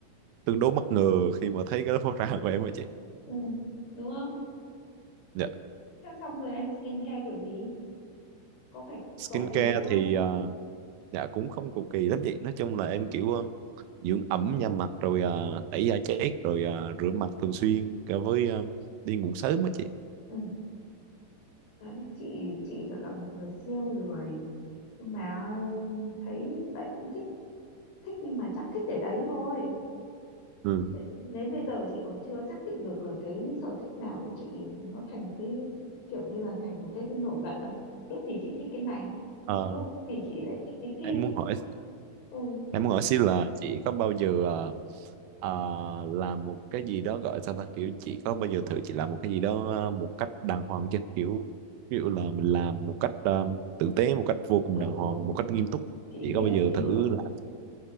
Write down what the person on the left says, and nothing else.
ừ đúng không
thế xong rồi em skincare kiểu gì có phải
cầu kỳ lắm không
ừ đấy chị chị thật là một người siêu lười nhưng mà thấy vậy cũng thích thích nhưng mà chắc thích để đấy thôi
Để- đến bây giờ chị còn chưa xác định được là cái sở thích nào của chị nó thành cái kiểu như là thành một cái, cái nổi bật đâu lúc thì chị thích cái này
lúc thì chị lại thích cái kia
ừ
ừ
ừ
chị
hiểu
chị
hiểu